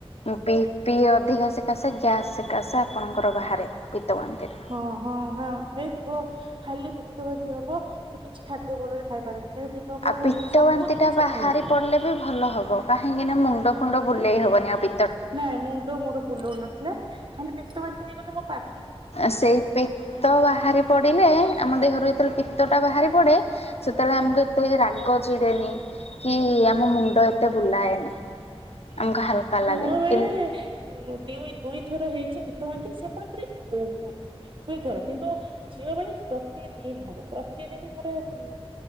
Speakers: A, on the left; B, on the right.
A: ବି ପି ଅଧିକା ସେକାଶ ଗ୍ୟାସ୍ ସେକାଶ ଆପଣଙ୍କର ବାହାରେ ପିତବାନ୍ତି ଟା।
B: ହଁ ହଁ ହଁ ହେଇଥିବ ଖାଲି ପିତ୍ ବାନ୍ତି ହବ ମୁଁ କିଛି ଖାଦ୍ୟ ଭଲରେ ଖାଇପାରିନି। ଏଦିନ ପରୁ
A: ଆଉ ପିତ୍ତ
B: ସବୁ
A: ବାନ୍ତିଟା
B: ଦିନ ସଖାଳେ
A: ବାହାରି
B: ହବ।
A: ପଡ଼ିଲେ ବି ଭଲ ହବ କାହିଁକିନା ମୁଣ୍ଡ ଫୁଣ୍ଡ ବୁଲେଇ ହବ ନିହାତି
B: ନା ମୁଣ୍ଡ ମୋର ବୁଲଉ ନଥିଲା ଖାଲି ପିତ ବାନ୍ତି ହେଇଗଲେ ମୋ ପା
A: ସେଇ ପିତ୍ତ ବାହାରି ପଡ଼ିଲେ ଆମ ଦେହରୁ ଏତରେ ପିତ୍ତଟା ବାହାରି ପଡ଼େ ସେତେବେଳେ ଆମକୁ
B: ହଁ
A: ଏତେ ରାଗ ଚିଡେନି କି ଆମ ମୁଣ୍ଡ ଏତେ ବୁଲାଏନି।
B: ହୁଁ
A: ଆମକୁ ହାଲକା
B: ପୁଅ
A: ଲାଗେ
B: ବେଳେ
A: କିନ୍ତୁ
B: ଦି ଦି ଦୁଇ ଥର ହେଇଛି ପିତ୍ତବାନ୍ତି ସେତାପରି ବହୁତ। ଦିଇଥର କିନ୍ତୁ ଛିଅ ବଳେ ପ୍ରତିଦିନ ହବ ପ୍ରତିଦିନ ପରେ ହୁଁ